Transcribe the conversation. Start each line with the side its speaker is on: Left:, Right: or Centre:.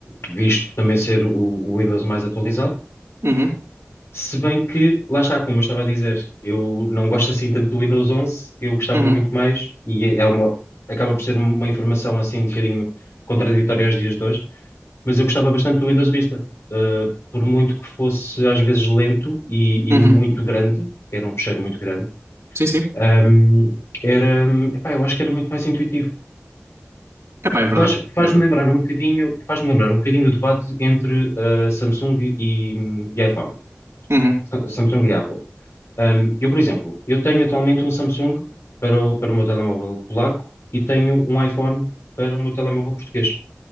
Left: visto também ser o, o Windows mais atualizado.
Right: uhum,
Left: Se bem que, lá está, como eu estava a dizer, eu não gosto assim tanto do Windows 11, eu gostava
Right: uhum,
Left: muito mais, e é é uma, acaba por ser um, uma informação assim um bocadinho contraditória aos dias de hoje, mas eu gostava bastante do Windows Vista, Eh, por muito que fosse às vezes lento e, e
Right: uhum.
Left: muito grande, porque era um fecheiro muito grande,
Right: Sim, sim.
Left: ehm, era, epá, eu acho que era muito mais intuitivo.
Right: Epá, é verdade.
Left: Faz, faz-me
Right: É verdade.
Left: lembrar um bocadinho, faz-me lembrar um bocadinho o debate entre ah, Samsung e, e iPhone,
Right: Uhum.
Left: Sa- Samsung e Apple. Ahm, eu, por exemplo, eu tenho atualmente um Samsung para o, para o meu telemóvel polaco e tenho um iPhone para o meu telemóvel português.